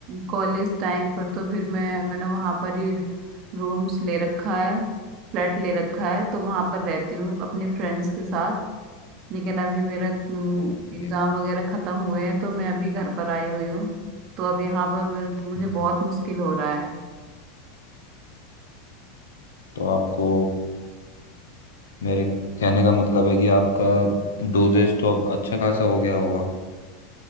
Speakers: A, on the right; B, on the left.
A: कॉलेज टाइम पर तो फिर मैं मैंने वहाँ पर ही रूम्स ले रखा है फ्लैट ले रखा है तो वहाँ पर रहती हूँ अपने फ्रेंड्स के साथ लेकिन अभी मेरा एग्जाम
B: ओके
A: वगैरह खत्म हुए हैं तो मैं अभी घर पर आई हुई हूँ तो अब यहाँ पर मेरे, मुझे
B: हम्म,
A: बहुत मुश्किल हो रहा है
B: तो आपको मेरे कहने का मतलब है कि आपका डोजेस तो अब अच्छा खासा हो गया होगा